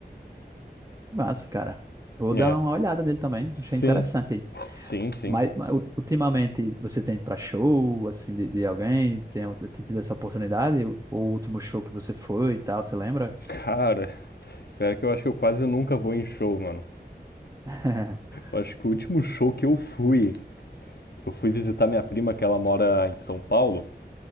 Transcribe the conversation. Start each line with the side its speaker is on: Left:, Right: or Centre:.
Right: Massa, cara. Vou
Left: É.
Right: dar uma olhada nele também. Achei
Left: Sim,
Right: interessante
Left: sim, sim.
Right: Mas, mas u- ultimamente você tem para show assim de, de alguém? Tem, tem tido essa oportunidade? O, o último show que você foi e tal, você lembra?
Left: Cara, <laughs> pior que eu acho que eu quase nunca vou em show, mano.
Right: <laughs>
Left: Eu acho que o último show que eu fui Eu fui visitar minha prima, que ela mora em São Paulo,